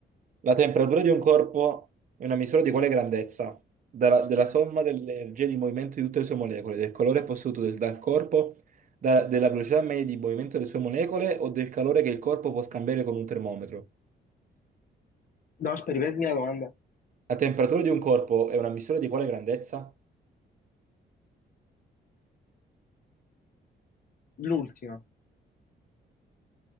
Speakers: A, on the right (about 45°); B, on the left (about 50°).
A: La temperatura di un corpo è una misura di quale grandezza? Dalla- della somma delle energie di movimento di tutte le sue molecole, del calore posseduto del- dal corpo, da- della velocità media di movimento delle sue molecole o del calore che il corpo può scambiare con un termometro?
B: No, aspetta, ripetimi la domanda.
A: La temperatura di un corpo è una misura di quale grandezza?
B: L'ultima.